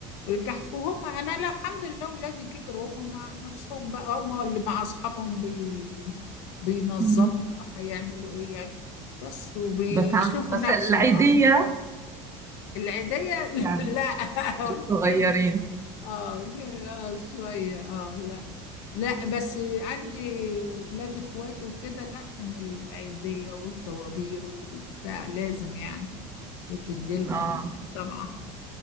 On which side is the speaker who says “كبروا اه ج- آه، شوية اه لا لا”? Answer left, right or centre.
Left